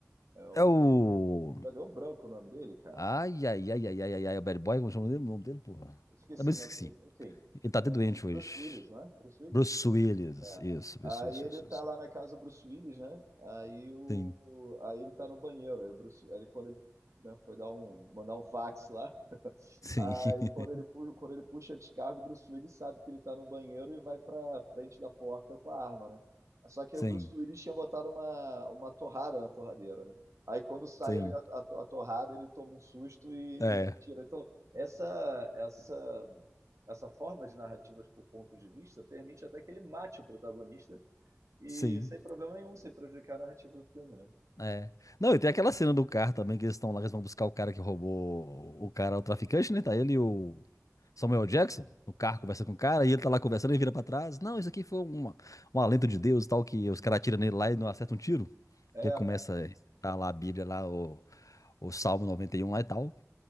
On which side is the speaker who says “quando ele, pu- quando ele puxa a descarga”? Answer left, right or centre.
Right